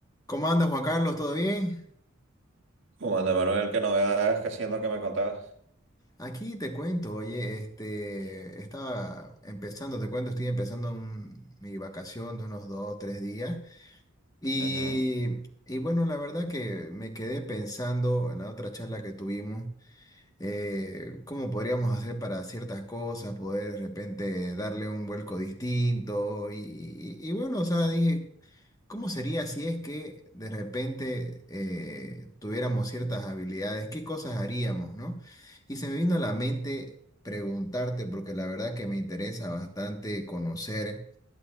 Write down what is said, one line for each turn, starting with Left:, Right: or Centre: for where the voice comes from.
Left: ¿Cómo andas, Juan Carlos? ¿Todo bien?
Right: ¿Cómo anda, Manuel? ¿Qué novedades? ¿Qué haciendo? ¿Qué me contabas?
Left: Aquí te cuento, oye, este, estaba empezando, te cuento, estoy empezando un- mi vacación de unos dos, tres días. Y,
Right: Ujú,
Left: y bueno, la verdad que me quedé pensando en la otra charla que tuvimos eh, cómo podríamos hacer para ciertas cosas, poder de repente darle un vuelco distinto. Y, y- y bueno, o sea, dije, ¿cómo sería si es que de repente eh, tuviéramos ciertas habilidades? ¿Qué cosas haríamos, no? Y se me vino a la mente preguntarte, porque la verdad que me interesa bastante conocer.